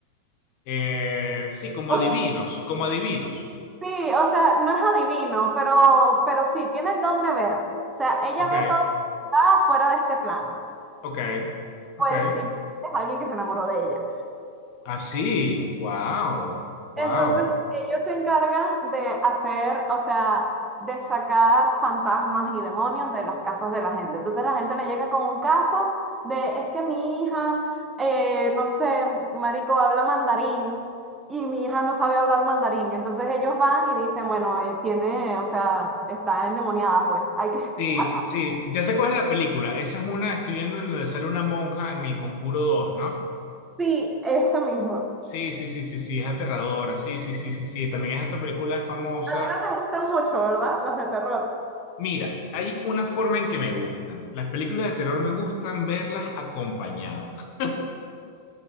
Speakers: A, on the left (about 55°); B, on the right (about 20°).
A: eh, sí, como
B: <laughs>
A: adivinos, como adivinos.
B: Sí, o sea, no es adivino, pero, pero sí, tiene el don de ver. O sea, ella
A: Ok,
B: ve todo lo que está fuera de este plano.
A: ok, ok.
B: Pues sí, es alguien que se enamoró de ella.
A: Así, wow, wow.
B: Entonces, ellos se encargan de hacer, o sea, de sacar fantasmas y demonios de las casas de la gente. Entonces, la gente le llega con un caso de, es que mi hija, eh, no sé, marico, habla mandarín y mi hija no sabe hablar mandarín. Entonces, ellos van y dicen, bueno, eh, tiene, o sea, está endemoniada, pues, hay que
A: Sí,
B: <laughs> sacar.
A: sí, ya sé cuál es la película. Esa es una, estoy viendo en donde sale una monja en El Conjuro dos, ¿no?
B: Sí, eso mismo.
A: Sí, sí, sí, sí, sí, es aterradora. Sí, sí, sí, sí, sí. También esta película es famosa.
B: A ti no te gustan mucho, ¿verdad? Los de terror.
A: Mira, hay una forma en que me gustan. Las películas de terror me gustan verlas acompañados.